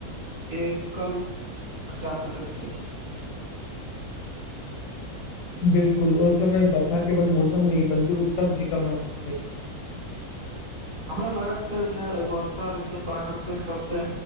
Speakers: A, on the right (about 50°); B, on the left (about 85°).
A: एक कल जा सकैत छी
B: ह बिल्कुल ओइ समय बर्षा केवल मौसम नहि बल्कि उतसव जीका महसूस हो ह
A: हमरा लागत छै जे वर्षा ऋतु प्राकृतिक सबसे